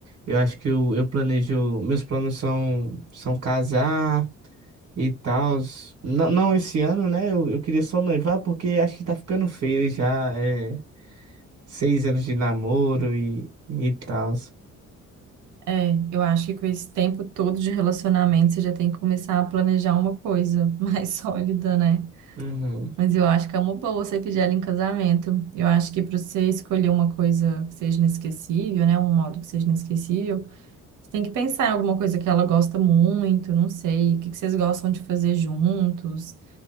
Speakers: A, on the right; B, on the right.
A: Eu acho que eu, eu planejo, meus planos são, são casar e tal. Não, não esse ano, né? Eu, eu queria só noivar porque acho que tá ficando feio já. É, seis anos de namoro e, e tal.
B: É, eu acho que com esse tempo todo de relacionamento você já tem que começar a planejar uma coisa <laughs> mais sólida, né?
A: Uhum,
B: Mas eu acho que é uma boa você pedir ela em casamento. Eu acho que para você escolher uma coisa que seja inesquecível, né? Um modo que seja inesquecível, você tem que pensar em alguma coisa que ela gosta muito, não sei, o que que vocês gostam de fazer juntos.